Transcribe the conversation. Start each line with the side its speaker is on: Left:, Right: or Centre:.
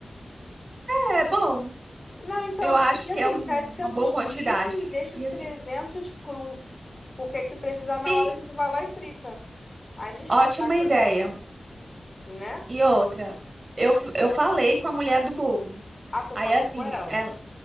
Right: É bom,
Left: Não, então
Right: eu
Left: eu
Right: acho
Left: vou pedir
Right: que
Left: assim,
Right: é um-
Left: 700
Right: uma boa quantidade.
Left: frito e deixo
Right: E
Left: 300
Right: assim,
Left: cru. Porque aí se precisar na
Right: sim,
Left: hora a gente vai lá e frita. Aí não estraga,
Right: ótima ideia.
Left: né?
Right: E outra, eu, f- eu falei com a mulher do bolo.
Left: Ah, tu
Right: Aí
Left: falou
Right: assim,
Left: com ela?
Right: ela